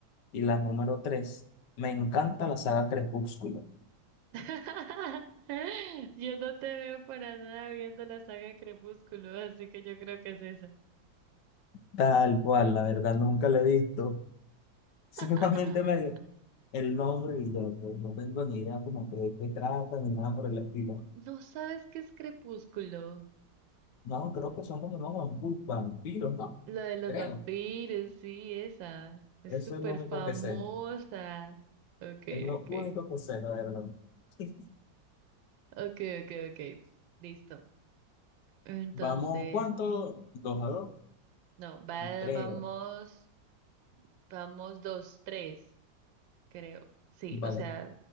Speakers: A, on the left; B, on the right.
A: Y la número
B: Ujú,
A: tres, me encanta la saga Crepúsculo.
B: <laughs> Yo no te veo para nada viendo la saga de Crepúsculo, así que yo creo que es esa.
A: Tal cual, la verdad nunca la he visto. <laughs> Solamente
B: <laughs>
A: me dio el nombre y ya, pues, no tengo ni idea como que de qué trata ni nada por el estilo.
B: ¿No sabes qué es Crepúsculo?
A: No, creo que son como unos vampu- vampiros, ¿no?
B: Lo de los
A: Creo.
B: vampiros, sí, esa. Es
A: Eso
B: súper
A: es lo único
B: famosa.
A: que sé.
B: Ok,
A: Es lo
B: ok.
A: único que sé, la verdad. <laughs>
B: Ok, ok, ok. Listo. Entonces,
A: Vamos, ¿cuánto? ¿Dos a dos?
B: no, va,
A: Creo,
B: vamos, vamos dos, tres, creo. Sí,
A: vale.
B: o sea,